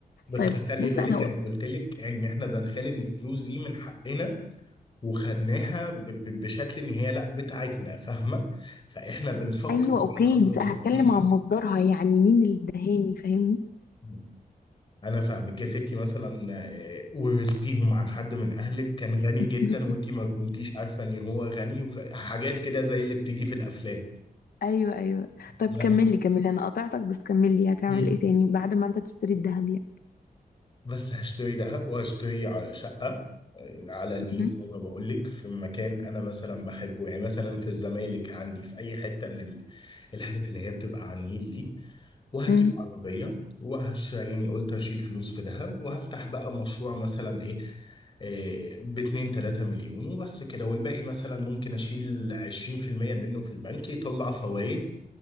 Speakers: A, on the left (about 30°); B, on the left (about 75°).
A: بس
B: طيب
A: خلي
B: بص
A: بالك
B: انا
A: انا قلت لك ان احنا دخل ان الفلوس دي من حقنا وخدناها ب- ب- بشكل ان هي لا بتاعتنا فاهمة فاحنا بنفكر
B: ايوه
A: بقى
B: اوكي
A: خلاص
B: بس هتكلم
A: يعني دي
B: عن مصدرها يعني مين الدهاني فاهمني
A: فلوس انا فاهمك يا ستي مثلا آه، ورثتيهم عن حد من اهلك كان غني
B: <laughs>
A: جدا وانتي ما كنتيش عارفه ان هو غني وحاجات كده زي اللي بتيجي في الافلام
B: ايوه ايوه طب
A: مثلا
B: كملي كملي انا قطعتك بس كملي هتعمل
A: مم.
B: ايه تاني بعد ما انت تشتري الذهب يعني
A: بس هشتري ذهب وهشتري على شقه آه، على النيل
B: مهم.
A: زي ما بقول لك في مكان انا مثلا بحبه يعني مثلا في الزمالك عندي في اي حته من ال- الحتت اللي هي بتبقى على النيل دي وهجيب
B: امم
A: عربية وهش يعني قلت هشيل فلوس في دهب وهفتح بقى مشروع مثلا ايه, إيه باتنين تلاتة مليون وبس كده والباقي مثلا ممكن اشيل عشرين في المية منه في البنك يطلع فوائد